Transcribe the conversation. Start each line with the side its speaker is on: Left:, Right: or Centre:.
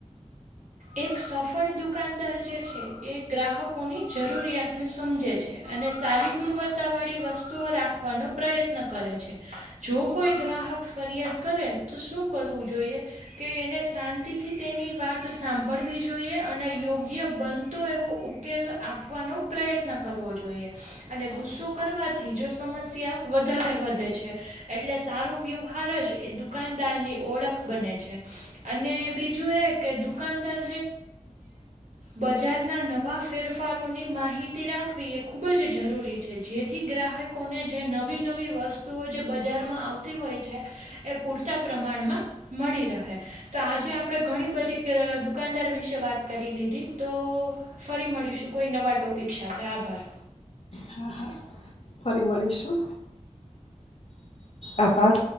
Right: એક સફળ દુકાનદાર જે છે એ ગ્રાહકોની જરૂરિયાત સમજે છે અને સારી ગુણવત્તા વાળી વસ્તુઓ રાખવાનો પ્રયત્ન કરે છે. જો કોઈ ગ્રાહક ફરિયાદ કરે તો શું કરવું જોઈએ કે એને શાંતિથી તે ની વાત સાંભળ ભડવી જોઈએ અને યોગ્ય બનતો એવો ઉકેલ આપવાનો પ્રયત્ન કરવો જોઈએ અને ગુસ્સો કરવાથી જો સમસ્યા વધારે વધે છે એટલે સારું યોગ એ દુકાનદાર ની ઓળખ બને છે અને બીજું એ કે દુકાનદાર બજારના નવા ફેરફારો ની માહિતી રાખવી એ ખુબ જ જરૂરી છે જેથી ગ્રાહકોને જે નવી નવી વસ્તુઓ જે બજારમાં આવતી હોય છે એ પર પ્રમાણમાં મળી રહે તો આજે આપણે ઘણી બધી દુકાનદાર વિશે વાત કરી લીધી તો ફરી મળીશું કોઈ નવા ટોપિક સાથે આભાર
Left: હા હા ફરી મળીશું. આભાર